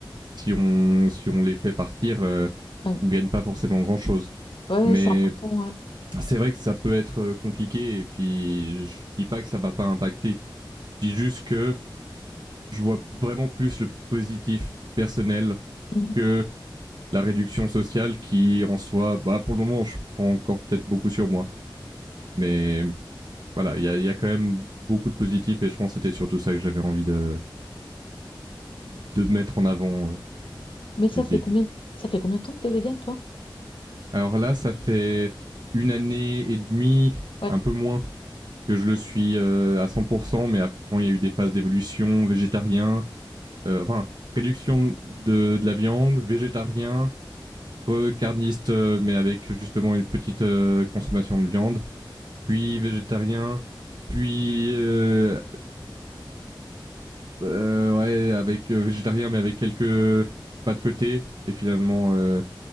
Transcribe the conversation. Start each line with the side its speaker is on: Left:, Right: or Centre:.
Right: si, on, si on les fait partir, euh,
Left: ouais,
Right: on gagne pas forcément grand-chose.
Left: ouais,
Right: Mais
Left: c'est important. ouais.
Right: c'est vrai que ça peut être euh, compliqué et puis je dis pas que ça m'a pas impacté. Je dis juste que je vois vraiment plus le positif personnel
Left: Mhm.
Right: que la réduction sociale qui en soi, bah pour le moment je prends encore peut-être beaucoup sur moi. Mais voilà, il y a, y a quand même beaucoup de positifs et je pense que c'était surtout ça que j'avais envie de, de mettre en avant euh,
Left: Mais ça
Right: les débuts.
Left: fait combien, ça fait combien de temps que t'es végane, toi?
Right: Alors là, ça fait une année et demie,
Left: Ouais,
Right: un peu moins, que je le suis euh, à 100%, mais avant, il y a eu des phases d'évolution, végétarien, euh, enfin, réduction de, de, la viande, végétarien, recarniste, euh, mais avec justement une petite euh, consommation de viande, puis végétarien, puis euh, euh, ouais, avec euh, végétarien, mais avec quelques pas de côté, et finalement euh,